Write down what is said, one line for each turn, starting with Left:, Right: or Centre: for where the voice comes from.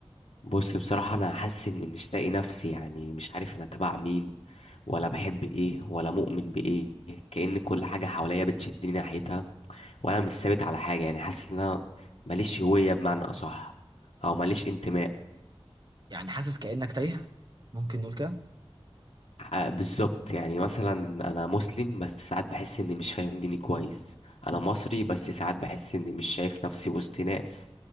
Left: بص بصراحة انا حاسس اني مش لاقي نفسي يعني مش عارف انا تبع مين ولا بحب ايه ولا مؤمن بايه كأن كل حاجة حواليا بتشدني ناحيتها وانا مش ثابت على حاجة يعني حاسس ان انا ماليش هوية بمعنى اصح او ماليش انتماء
Right: يعني حاسس كأنك تايه؟ ممكن نقول كده؟
Left: ح- بالظبط يعني مثلا انا مسلم بس ساعات بحس اني مش فاهم ديني كويس انا مصري بس ساعات بحس اني مش شايف نفسي وسط ناس